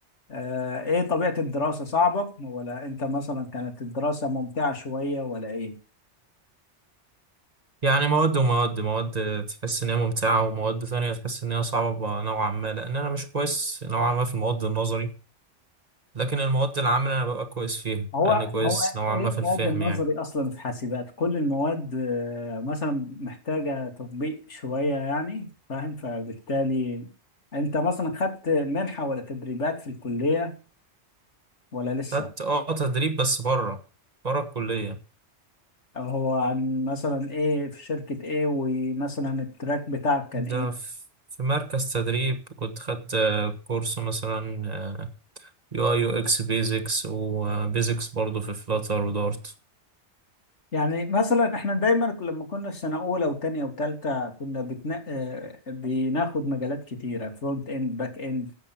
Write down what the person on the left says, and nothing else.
آه، إيه طبيعة الدراسة صعبة ولا أنت مثلا كانت الدراسة ممتعة شوية ولا إيه؟
هو
هو
ايه
المواد
النظري
اصلا في حاسبات كل المواد آه، مثلا محتاجه تطبيق شويه يعني فاهم فبالتالي انت مثلا خدت منحه ولا تدريبات في الكليه ولا لسه
هو عن مثلا ايه في شركه ايه ومثلا التراك بتاعك كان
ايه
يعني مثلا احنا دايما لما كنا في سنه اولى وتانية وتالتة كنا بتنا... آه، بناخد مجالات كتيره فرونت اند باك اند